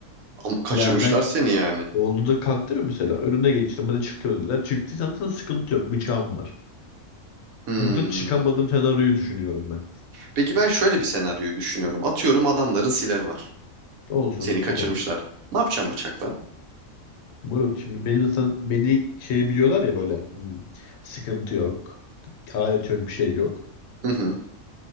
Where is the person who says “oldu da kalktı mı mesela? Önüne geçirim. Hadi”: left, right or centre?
Left